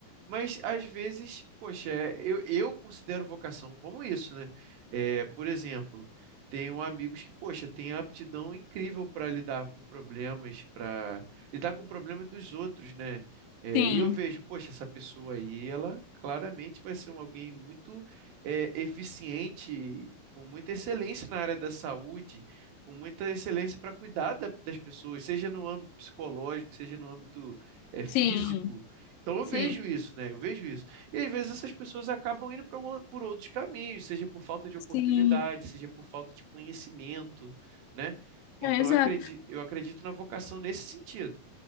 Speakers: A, on the right; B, on the left.
A: Mas às vezes, poxa, é, eu, eu considero vocação como isso, né? É, por exemplo. Tenho amigos que, poxa, têm aptidão incrível para lidar com problemas, para lidar com problemas dos outros, né? É,
B: Sim,
A: e eu vejo, poxa, essa pessoa aí, ela claramente vai ser um- alguém muito é, eficiente, com muita excelência na área da saúde, com muita excelência para cuidar da- das pessoas, seja no âmbito psicológico, seja no âmbito é, físico.
B: sim,
A: Então eu
B: sim,
A: vejo isso, né? Eu vejo isso. E às vezes essas pessoas acabam indo pra um- por outros caminhos, seja por falta de oportunidade,
B: sim.
A: seja por falta de conhecimento, né? Então
B: É, exato.
A: eu acredito, eu acredito na vocação nesse sentido.